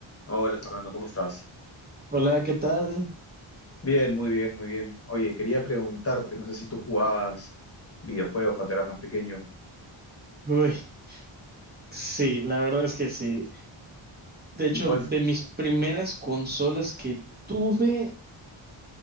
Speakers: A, on the left (about 30°); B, on the right (about 20°).
A: Hola Fernando, ¿cómo estás?
B: Hola, ¿qué tal?
A: Bien, muy bien, muy bien. Oye, quería preguntarte, no sé si tú jugabas videojuegos cuando eras más pequeño.
B: Uy, sí, la verdad es que sí. De hecho,
A: ¿Y cuál?
B: de
A: fu-
B: mis primeras consolas que tuve,